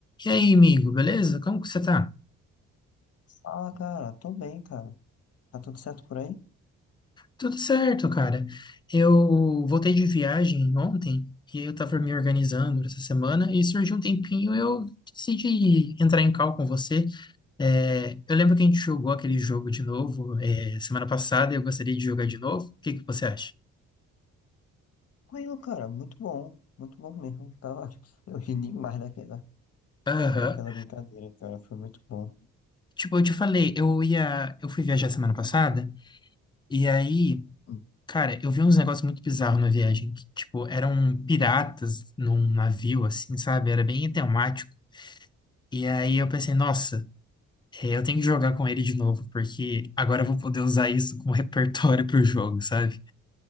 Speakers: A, on the left; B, on the left.
A: E aí, amigo, beleza? Como que você tá?
B: Fala, cara. Tô bem, cara. Tá tudo certo por aí?
A: Tudo certo, cara. Eu voltei de viagem ontem e eu tava me organizando essa semana e surgiu um tempinho, eu decidi entrar em call com você. É, eu lembro que a gente jogou aquele jogo de novo, é, semana passada, e eu gostaria de jogar de novo. O que que você acha?
B: Tranquilo, cara. Muito bom. Muito bom mesmo. Tava... <laughs> Eu ri demais daquela,
A: Aham.
B: daquela brincadeira, cara. Foi muito bom.
A: Tipo, eu te falei, eu ia, eu fui viajar semana passada, e aí
B: Hum,
A: Cara, eu vi uns negócios muito bizarros na viagem, que, tipo, eram piratas num navio, assim, sabe? Era bem temático. E aí eu pensei, nossa, é, eu tenho que jogar com ele de novo, porque agora eu vou poder usar isso como <laughs> repertório pro jogo, sabe?